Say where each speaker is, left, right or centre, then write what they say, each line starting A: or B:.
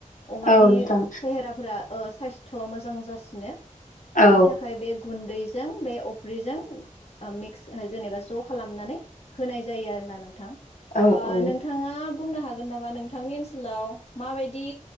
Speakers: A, on the left; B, on the left.
A: अमानि
B: औ नोंथां
A: सेहेराफोरा ओ साइस्थ' मोजां जासिनो बेनि
B: औ
A: थाखाय बे गुन्दै जों बे अफ्रिजों ओ मिक्स जेनेबा ज' खालामनानै होनाय जायो आरो ना नोंथां।
B: औ औ ओ
A: नोंथाङा बुंनो हागोन नामा नोंथांनि ओनसोलाव माबायदि